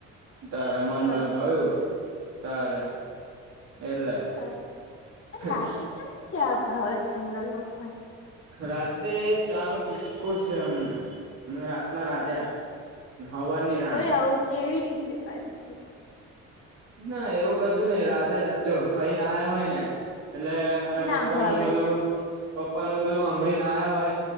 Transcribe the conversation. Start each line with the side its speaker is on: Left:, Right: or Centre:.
Right: તારે મન
Left: બરાબર
Right: બંધ થયું તારે એટલે
Left: સરસ
Right: હચ
Left: રાતે કેમ ચા ભાવે જ તમને લોકોને.
Right: રાતે ચા નો ચુસ્કો છે અમને અમે રાતના રાજા હવારની રાણી
Left: કોઈ આવું કેવી રીતે કરી શકાય?
Right: ના એવું કશું નહિ રાતે રજ જો ખઈને આયા હોય ને એટલે અને
Left: ના
Right: પપ્પા
Left: ભાવે
Right: નું બધું
Left: ચા
Right: પપ્પા નું બધું હાંભળીને આયા હોય